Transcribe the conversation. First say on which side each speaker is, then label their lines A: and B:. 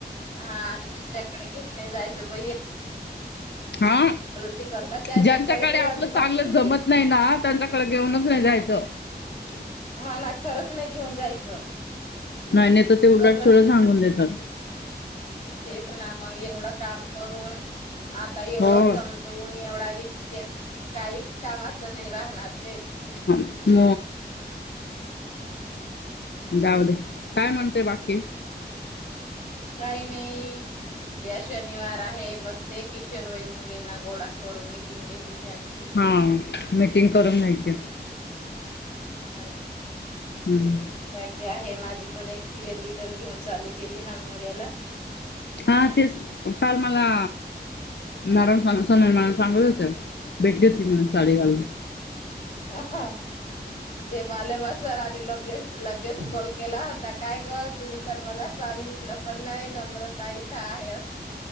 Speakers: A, on the left; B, on the left.
A: हा आणि दुसऱ्याकडे घेऊन नाही जायचं ब
B: हा
A: टी करतात त्यांच्याकडे
B: ज्यांच्याकडे
A: तर
B: आपलं
A: अजिबात
B: चांगलं
A: घेऊन
B: जमत नाही ना त्यांच्याकडे घेऊनच नाही
A: हा
B: जायचं. <inaudible>
A: हा ना खरंच नाही घेऊन जायचं.
B: नाही नाही तर ते उललाट
A: कसं
B: ढ सांगून देतात.
A: तेच ना मग एवढं काम करून आता एवढं
B: हो
A: समज दोन एवढा वच काहीच काम असं नाही राहणार तेच
B: ह म जाऊ दे काय म्हणतेय बाकी
A: काही नाही त्या शनिवार आहे बघ ते किशोरवाई मुलींना घोडा करून मिीटिंग घेते त्यांची
B: होा मिीटिंग करून घके
A: ह
B: हम्
A: बाकी आहे माझी पण एक पी एल िटर घेऊन चाली गेली मानमळला
B: हा तेच काल मला म सून सांगले होते बेठली होती मून सले गालून
A: ह ह ते माले म सर आणि लगेच लगेच कॉल केला होता काय कर तुम्ही तर मला सांगितलं पण नाही नम्रता इथं आहे